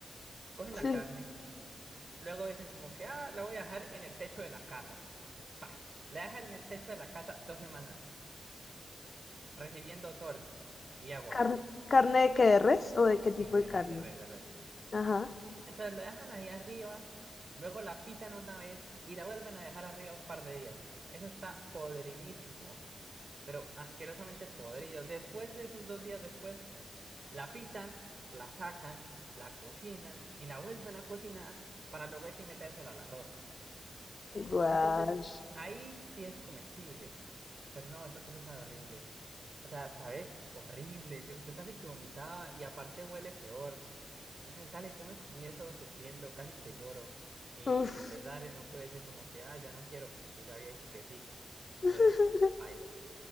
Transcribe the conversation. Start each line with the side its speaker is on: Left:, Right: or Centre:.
Right: cogen la
Left: sí.
Right: carne, luego dicen como que, ah, la voy a dejar en el techo de la casa. La dejan en el techo de la casa dos semanas, recibiendo sol y agua.
Left: Car- ¿Carne de qué de res o de qué tipo
Right: Sí,
Left: de
Right: sí,
Left: carne?
Right: sí, de res, de res.
Left: Ajá.
Right: Entonces la dejan ahí arriba, luego la pitan una vez y la vuelven a dejar arriba un par de días. Eso está podridísimo, pero asquerosamente podrido. Después de esos dos días después, la pitan, la sacan, la cocinan y la vuelven a cocinar para luego así metérsela al arroz.
Left: Guau.
Right: Entonces, ahí sí es comestible. Pero no, eso, eso sabe horrible. O sea, sabe horrible. Yo, yo casi que vomitaba y aparte huele peor. Entonces, dale, yo me comí eso sufriendo, casi que lloro. Y,
Left: Uf.
Right: y pues dale, no puede ser como que, ah, ya no quiero, porque pues ya había dicho que sí. Entonces,
Left: <laughs>
Right: bailas.